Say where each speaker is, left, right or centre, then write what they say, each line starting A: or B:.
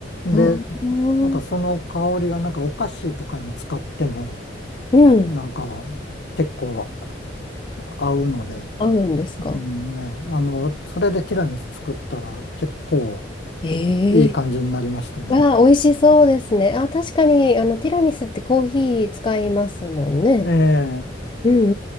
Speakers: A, on the left; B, on the left.
A: で、
B: あー
A: なんかその香りがなんかお菓子とかに使っても、
B: うん。
A: なんか結構合うので、
B: 合うんですか
A: うんね、あの、それでティラミス作ったら結構
B: ええ
A: いい感じになりましたね。
B: ああ、美味しそうですね。あ、確かに、あの、ティラミスってコーヒー使いますもんね。
A: ええ
B: うんう